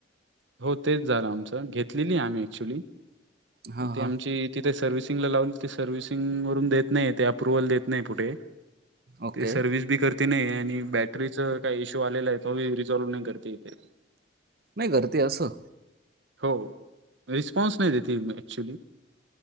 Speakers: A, on the right; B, on the right.
A: हो तेच झालं आमच घेतलेली आम्ही ऍक्च्युली
B: हां,
A: त
B: हां.
A: आमची तिथे सर्विस सर्व्हसिंग वून देत नाही अप्रुव्हल देत नाही पुठे
B: ओके.
A: ते सर्विस बी करते नाही. आणि बॅटरीच काही इशू आलेलं आहे ती रिझॉल्व नाही करते इथे.
B: नाही कररते असं.
A: हो, रिस्पॉन्स नाही देते मेन ऍक्च्युली.